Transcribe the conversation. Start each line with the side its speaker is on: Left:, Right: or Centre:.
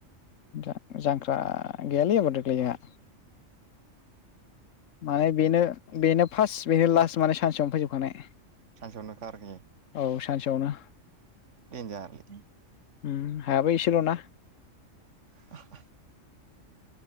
Left: जां- जांख्रा गैयालै एबार देग्लाय जोंहा। माने बेनो बेनो फार्स्ट बेनो लास्ट माने सानसेयावनो फैजोबखानाय।
Right: सानसेयावनो खारखि
Left: औ सानसेयावनो।
Right: देनजारलै
Left: उम हायाबो इसेल' ना।
Right: <inaudible>